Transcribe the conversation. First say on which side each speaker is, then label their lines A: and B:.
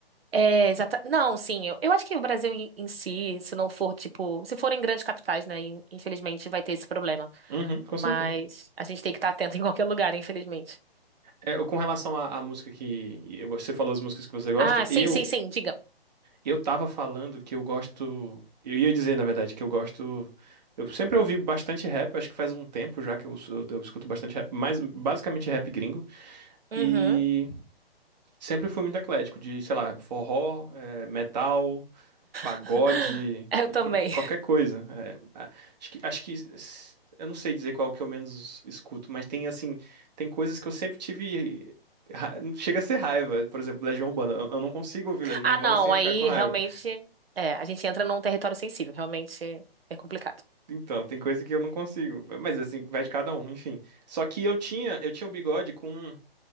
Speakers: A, on the right (about 70°); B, on the right (about 45°).
A: É, exata. Não, sim, eu, eu acho que o Brasil em, em si, se não for, tipo, se for em grandes capitais, né, in- infelizmente vai ter esse problema.
B: Uhum, com certeza.
A: Mas a gente tem que estar atento <laughs> em qualquer lugar, infelizmente.
B: É, eu- com relação à, à música que eu- você falou, as músicas que você gosta,
A: Ah,
B: eu
A: sim, sim, sim, diga.
B: Eu tava falando que eu gosto. Eu ia dizer, na verdade, que eu gosto. Eu sempre ouvi bastante rap, eu acho que faz um tempo já que eu, sou- eu escuto bastante rap, mas basicamente rap gringo.
A: Uhum.
B: E sempre fui muito eclético, de, sei lá, forró, eh, metal, pagode,
A: <laughs> Eu
B: e
A: também.
B: qual- qualquer coisa. Eh, a- acho que, acho que. s- Eu não sei dizer qual que eu menos escuto, mas tem, assim, tem coisas que eu sempre tive. ra- Chega a ser raiva, por exemplo, Legião Urbana. Eu eu não consigo ouvir Legião
A: Ah,
B: Urbana
A: não,
B: sem
A: aí
B: ficar com raiva.
A: realmente é, a gente entra num território sensível, realmente é complicado.
B: Então, tem coisa que eu não consigo. Mas assim, vai de cada um, enfim. Só que eu tinha, eu tinha um bigode com,